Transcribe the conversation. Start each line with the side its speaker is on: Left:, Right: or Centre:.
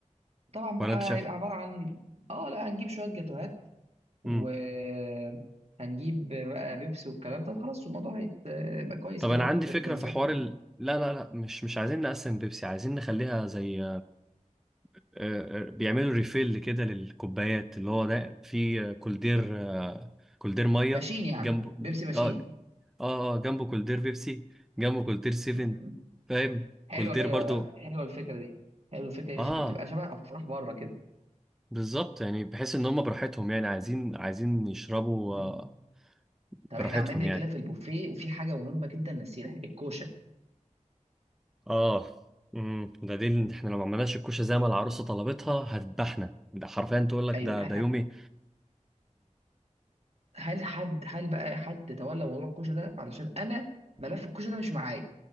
Right: طبعا
Centre: ولا
Right: بقى
Centre: انت شايف؟
Right: هيبقى عباره عن اه لا هنجيب شويه جاتوهات وهنجيب
Centre: امم
Right: بقى بيبسي والكلام ده وخلاص الموضوع هيبقى كويس
Centre: طب
Right: كده
Centre: انا
Right: اعتقد
Centre: عندي فكرة
Right: زي
Centre: في حوار
Right: الفل
Centre: ال... لا لا لا مش مش عايزين نقسم بيبسي عايزين نخليها زي آه، آه، بيعملوا ريفيل كده للكوبايات اللي هو ده في كولدير آه، كولدير ميه
Right: ماشيين يعني
Centre: جنبه
Right: بيبسي ماشيين
Centre: اه اه اه جنبه كولدير بيبسي جنبه كولدير سيفن
Right: م- م.
Centre: فاهم
Right: حلوه
Centre: كولدير
Right: حلوه
Centre: برضو
Right: بقى. حلوه الفكره دي حلوه الفكره
Centre: اه
Right: دي شبه- بتبقى شبه افراح بره كده
Centre: بالظبط يعني بحيث ان هم براحتهم يعني عايزين عايزين يشربوا
Right: م.
Centre: آه،
Right: طب
Centre: براحتهم
Right: احنا عمالين
Centre: يعني
Right: بنتكلم في البوفيه وفي حاجه مهمه جدا نسيناها الكوشه
Centre: اه امم ده دليل ان احنا لو ما عملناش الكوشه زي ما العروسه طلبتها هتذبحنا ده حرفيا تقول لك
Right: ايوه
Centre: ده
Right: ه-
Centre: ده يومي
Right: هل حد هل بقى حد تولى موضوع الكوشه ده علشان انا ملف الكوشه ده مش معايا